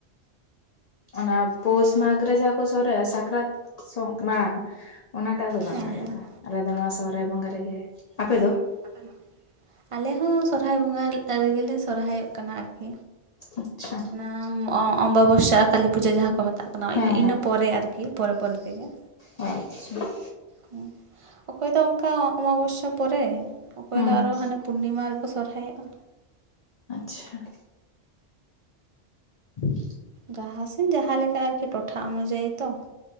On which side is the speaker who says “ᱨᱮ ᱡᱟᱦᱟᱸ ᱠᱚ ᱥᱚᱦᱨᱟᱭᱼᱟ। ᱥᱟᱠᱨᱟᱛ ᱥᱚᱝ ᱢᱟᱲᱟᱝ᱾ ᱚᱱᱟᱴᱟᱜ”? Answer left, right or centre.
Left